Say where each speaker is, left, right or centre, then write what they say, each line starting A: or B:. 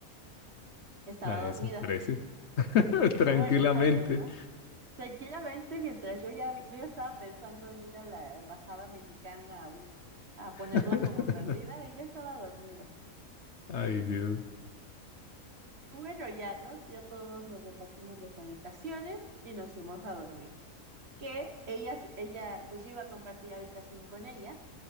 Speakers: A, on the right; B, on the left.
A: estaba
B: A
A: dormida.
B: eso parece. <laughs>
A: Y dije,
B: Tranquilamente.
A: bueno, está bien, ¿no? Tranquilamente, mientras yo ya, yo ya estaba pensando en ir a la embajada mexicana a, bus, a
B: <laughs>
A: ponerla como perdida, ella estaba dormida.
B: Ay, Dios.
A: Y bueno, ya, ¿no? Ya todos nos repartimos las habitaciones y nos fuimos a dormir. Que ella, ella, pues yo iba a compartir habitación con ella